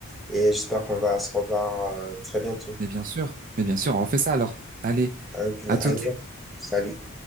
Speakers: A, in the centre; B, on the right (about 40°).
A: et j'espère qu'on va se revoir euh, très bientôt.
B: Mais bien sûr, mais bien sûr, on refait ça alors. Allez,
A: Donc,
B: à tout
A: allez, salut.